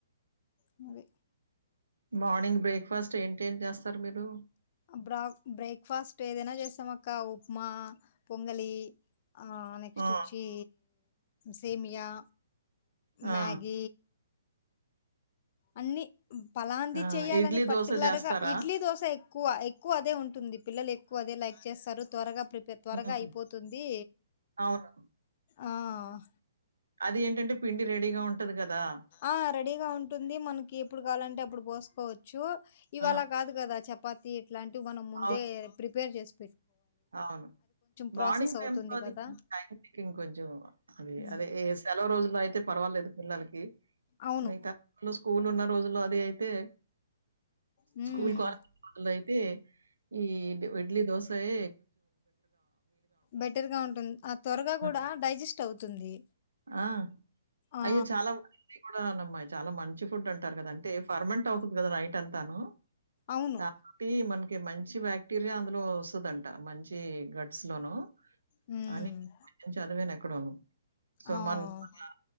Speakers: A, on the left (about 45°); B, on the right (about 80°).
A: మో
B: మార్నింగ్ బ్రేక్ఫాస్ట్ ఏంటి ఏం చేస్తారు మీరు
A: బ్రా బ్రేక్ఫాస్ట్ ఏదైనా చేస్తాం అక్క ఉప్మా పొంగలి ఆ నెక్స్ట్
B: ఆ!
A: వచ్చీ సేమియా
B: ఆ!
A: మ్యాగీ అన్ని ఫలాంది
B: ఆ!
A: చెయ్యాలని
B: ఇడ్లీ,
A: పర్టికులర్
B: దోస చేస్తారా?
A: గా ఇడ్లీ దోశ ఎక్కువ ఎక్కువ అదే ఉంటుంది పిల్లలు ఎక్కువ అదే లైక్ చేస్తారు త్వరగా ప్రిపేర్ త్వరగా
B: హ్మ్.
A: అయిపోతుంది
B: అవును.
A: ఆ ఆ
B: అది ఏంటంటే పిండి రెడీగా ఉంటది కదా
A: ఆ రెడీగా ఉంటుంది మనకి ఎప్పుడు కావాలంటే అప్పుడు పోసుకోవచ్చు ఇవాలా
B: ఆ!
A: కాదు క ద చపాతి ఇట్లాంటివి మనం ముందే
B: అవును.
A: ప్రిపేర్ చేసు
B: అవును
A: ప్రాసెస్
B: మార్నింగ్ టైమ్
A: అవుతుంది
B: లో అది
A: కదా!
B: టైం టేకింగ్ కొంచం అది
A: హ్మ్.
B: అదే సెలవు రోజుల్లో అయితే పర్వాలేదు పిల్లలకి ఇ
A: అవును.
B: మిగ్త <unintelligible> స్కూల్ ఉన్న రోజులు అ అయితే
A: హ్మ్.
B: స్కూల్ కాలేజ్ లో అయితే ఈ ఇడ్లి దోస ఏ
A: బెటర్ గా ఉంటుంది ఆ త్వరగా
B: ఆ!
A: కూడ డైజెస్ట్ అవుతుంది
B: ఆ
A: ఆ!
B: అయ్యో చాల <unintelligible> నమ్మయి చాలా మంచి ఫుడ్ అంటారు కదా అంటే ఫర్మంట్ అవుతుంది కదా నైట్ అంతాను
A: అవును.
B: తప్పి మన్ కె మంచి బాక్టీరియా అందులో వస్తుందంట మంచి గట్స్ లోను
A: హ్మ్.
B: అని నేను చదివాను ఎక్ కొడోను సోమన్
A: ఆ!
B: అలా